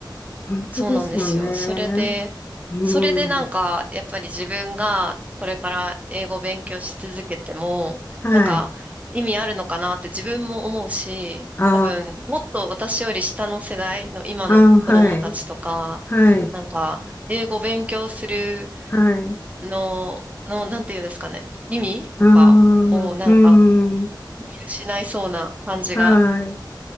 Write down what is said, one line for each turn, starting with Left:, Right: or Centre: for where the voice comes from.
Left: 本当ですよね。
Right: そうなんですよ。それで、
Left: うん。
Right: それでなんか、やっぱり自分がこれから英語を勉強し続けても、
Left: はい。
Right: なんか意味あるのかなって自分も思うし、
Left: あ
Right: 多分、もっと私より下の世代の今の子供たちとか、
Left: あ、あーはい。はい。
Right: なんか、英語勉強する
Left: はい。
Right: の、の、なんていうんですかね、意味とかをなんか
Left: ああ、うん。
Right: 見失いそうな感じが、
Left: はい。